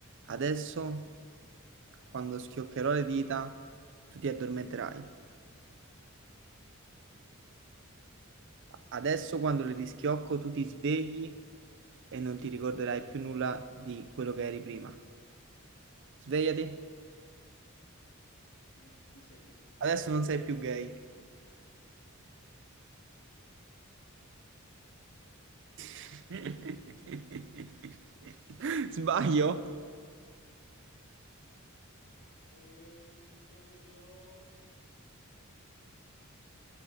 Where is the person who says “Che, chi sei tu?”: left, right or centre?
Left